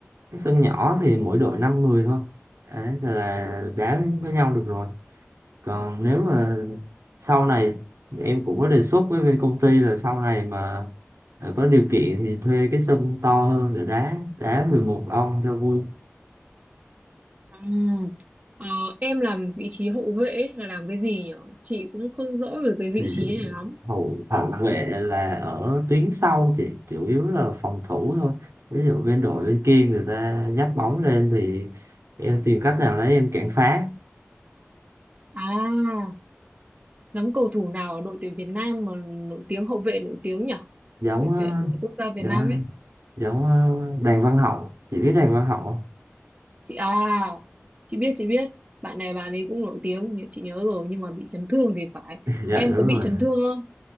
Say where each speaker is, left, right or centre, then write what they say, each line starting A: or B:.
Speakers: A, on the right (about 70°); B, on the right (about 30°).
A: cái sân nhỏ thì mỗi đội 5 người thôi đấy là đá với nhau được rồi còn nếu mà sau này em cũng có đề xuất với bên công ty là sau này mà ờ, có điều kiện thì thuê cái sân to hơn để đá đá 11 ông cho vui
B: Ừm. Ờ, em làm vị trí hậu vệ ấy, là làm cái gì nhỉ chị cũng không rõ về cái vị
A: thì
B: trí này lắm
A: hậu hậu vệ là ở tuyến sau chỉ chủ yếu là phòng thủ thôi ví dụ bên đội bên kia người ta dắt bóng lên thì em tìm cách nào đấy em cản phá
B: à giống cầu thủ nào ở đội tuyển Việt Nam mà nổi tiếng hậu vệ nổi tiếng nhỉ
A: giống
B: đội tuyển
A: ờ,
B: quốc gia Việt
A: giống
B: Nam ấy
A: giống ờ, Đàn Văn Hậu chị biết Đàn Văn Hậu không
B: chị à chị biết chị biết bạn này bạn ấy cũng nổi tiếng nhưng chị nhớ rồi nhưng mà bị chấn thương thì phải
A: <laughs> dạ
B: em
A: đúng
B: có bị
A: rồi
B: chấn thương không